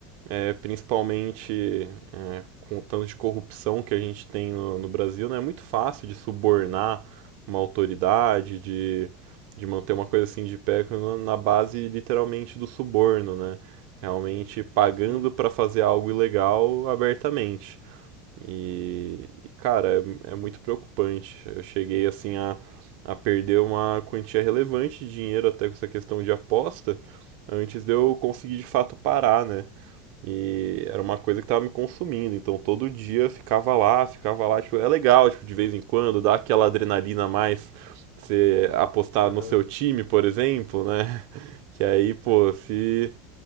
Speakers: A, on the right (about 55°); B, on the left (about 70°).
A: é, principalmente é, com o tanto de corrupção que a gente tem no, no Brasil, né? É muito fácil de subornar
B: Aham.
A: uma autoridade, de, de manter uma coisa assim de pé na na base literalmente do suborno, né? Realmente pagando
B: Sim.
A: para fazer algo ilegal abertamente. E, e, cara, é, é muito preocupante. Eu cheguei assim a, a perder uma quantia relevante de dinheiro até com essa questão de aposta, antes de eu conseguir de fato parar, né? E era uma coisa que tava me consumindo, então todo dia eu ficava lá, ficava lá, tipo, é legal, tipo, de vez em quando, dá aquela adrenalina a mais, você apostar
B: Aham.
A: no seu time, por exemplo, né? <laughs> Que aí, pô, se